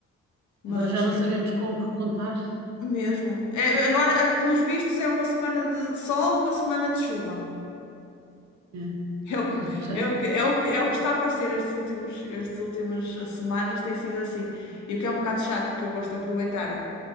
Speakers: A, on the left (about 75°); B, on the right (about 65°).
A: mas
B: Agora já não sabemos com o que contar.
A: mesmo. É, agora, é, pelos vistos, é uma semana de de sol, uma semana de chuva.
B: É,
A: É o que,
B: já-
A: é o que, é o que, é o que está a aparecer estes últimos, estas últimas semanas tem sido assim. E o que é um bocado chato, porque eu gosto de aproveitar